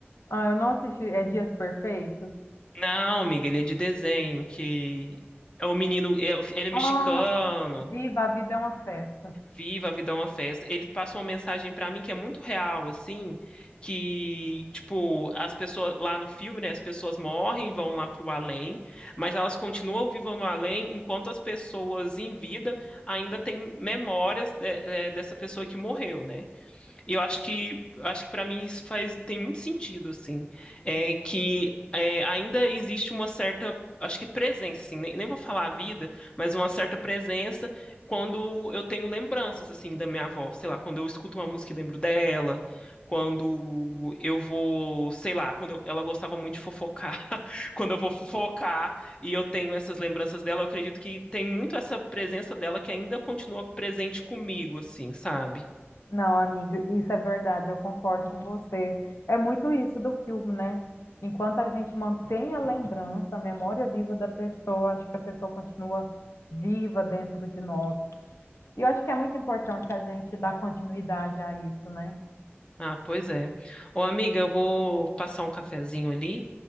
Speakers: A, on the left; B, on the left.
A: Ah, eu não assisti. É Dias Perfeitos?
B: Não, amiga, ele é de desenho, que é o menino, é- ele é mexicano,
A: Ah, Viva a Vida é uma Festa.
B: viva a vida é uma festa. Ele passa uma mensagem pra mim que é muito real, assim, que, tipo, as pessoas lá no filme, né, as pessoas morrem, vão lá pro além, mas elas continuam vivas no além, enquanto as pessoas em vida ainda têm memórias de- eh, dessa pessoa que morreu, né? E eu acho que acho que para mim isso faz tem muito sentido assim, é que é, ainda existe uma certa acho que presença assim, nem, nem vou falar a vida, mas uma certa presença quando eu tenho lembranças assim da minha avó, sei lá, quando eu escuto uma música e lembro dela, quando eu vou, sei lá, quando eu- ela gostava muito de fofocar, <laughs> quando eu vou fofocar e eu tenho essas lembranças dela, eu acredito que tem muito essa presença dela que ainda continua presente comigo assim, sabe?
A: Não, amiga, isso é verdade, eu concordo com você. É muito isso do filme, né? Enquanto a gente mantém a lembrança, a memória viva da pessoa, acho que a pessoa continua viva dentro de nós. E eu acho que é muito importante a gente dar continuidade a isso, né?
B: Ah, pois é. Ô, amiga, eu vou passar um cafezinho ali,